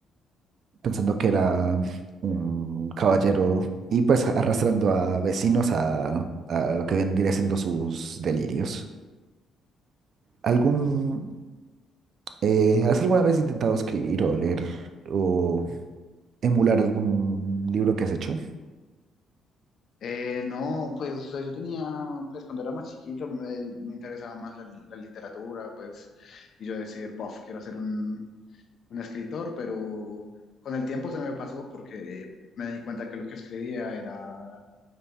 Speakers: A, on the right; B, on the left.
A: pensando que era un caballero y pues arrastrando a vecinos a, a lo que vendría siendo sus delirios. ¿Algún, eh, has alguna vez intentado escribir o leer o emular algún libro que has hecho?
B: Eh, no, pues o sea, yo tenía, pues cuando era más chiquito me, me interesaba más la, li- la literatura, pues, y yo decir, bof, quiero ser un, un escritor, pero con el tiempo se me pasó porque me di cuenta que lo que escribía era,